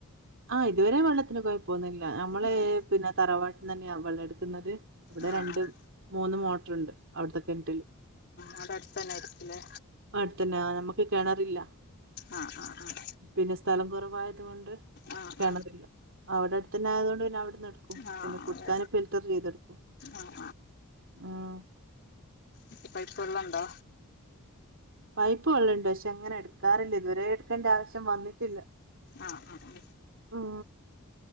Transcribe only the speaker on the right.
ആ ഇതുവരെ വെള്ളത്തിന് കൊയപോന്നില്ല. നമ്മള്
പിന്നെ തറവാട്ടിൽന്ന് തന്നെയാ വെള്ളം എടുക്കുന്നത്. അവിടെ
രണ്ട്
മൂന്ന് മോട്ടർണ്ട് അവിടത്തെ കിണ്റ്റില്.
അട്ത്തന്നെ ആഹ് നമ്മക്ക് കെണറില്ല.
പിന്നെ സ്ഥലം കുറവായത് കൊണ്ട്
കെണറില്ല. അവിടെ അടുതന്നെ ആയത് കൊണ്ട് പിന്നെ അവിടെന്ന് എടു
പിന്നെ കുടുക്കാനക്ക
ഫിൽറ്റർ ചെയ്തെടുക്കും.
ഉം.
പൈപ്പ് വെള്ളംണ്ട്. പക്ഷെ അങ്ങനെ എടുക്കാറില്ല. ഇതുവരെ എടുക്കേണ്ട ആവശ്യം വന്നിട്ടില്ല.
ഉം.